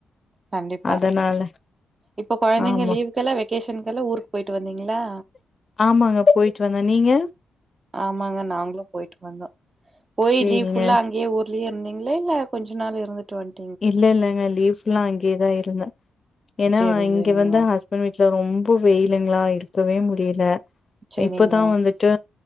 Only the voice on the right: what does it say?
கண்டிப்பா
இப்ப கொழந்தைங்க
லீவ் குல்லா வெகேஷனுகெல்லா ஊருக்கு போயிட்டு வந்தீங்களா
ஆமாங்க நாங்களும் போயிட்டு வந்தோ போய்
லீவ் ஃபுல்லா அங்கேயே ஊ ர்லே இருந்தீங்களா இல்ல கொஞ்சோ நாள் இருந்துட்டு வன்
செரி
செரிங்க
செரிங்க